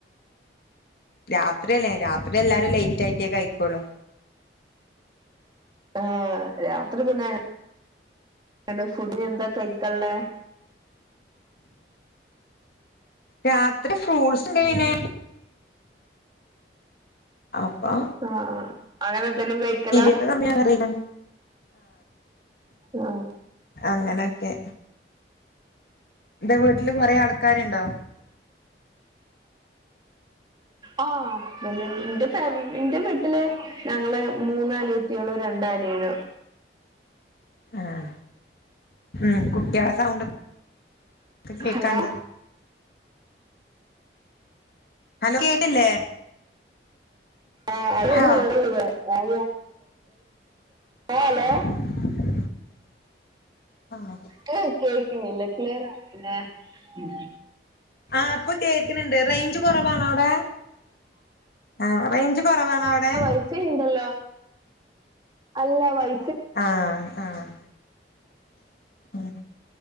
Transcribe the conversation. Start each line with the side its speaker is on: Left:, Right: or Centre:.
Left: രാത്രിയല്ലേ രാത്രി എല്ലാവരും ലേറ്റ് ആയിട്ടേ കയിക്കൊള്ളൂ.
Right: ആഹ് രാത്രി പിന്നെ അ എണ് ഫുഡിയെന്താ കഴിക്കാള്ളേ
Left: രാത്രി ഫ്രൂട്ട്സ്ണ്ട് ഇൻണ്ടെന് അപ്പാ
Right: ആഹ് അങ്ങനെന്തേലും കയിക്കലാ
Left: ഒക്കെ കമ്മിയാ കറിയിക്കാം.
Right: ആഹ്
Left: അങ്ങനെയൊക്കെ നിന്റെ വീട്ടില് കൊറേ ആൾക്കാര്ണ്ടോ
Right: ആഹ് ഇന്റ ഫാമ് ഇന്റ വീട്ട് ട്ടില് ഞങ്ങള് മൂന്നനിയത്തികളും രണ്ടനിയനും
Left: ആഹ് ഉം കുട്ടിളെ സൗണ്ടൊ ക്കെ കേക്കാണ്ട്
Right: ഹലോ
Left: ഹലോ കേക്കില്ലേ
Right: ഏഹ് അത്
Left: ഹോ
Right: <unintelligible> ആഹ് ഹലോ
Left: <inaudible> ആഹ്
Right: ക്ക് കേക്കുന്നില്ലേ ക്ലിയറാവുന്നില്ലേ ഉം
Left: ആഹ് ഇപ്പൊ കേക്ക്ണ് ണ്ട് റെയ്ഞ്ച് കൊറവാണോ അവടേ ആഹ് റെയ്ഞ്ച് കൊറവാണവടെ
Right: ഇപ്പച്ചി ഇണ്ടല്ലോ അല്ല വൈ
Left: ആഹ് ആഹ് ഉം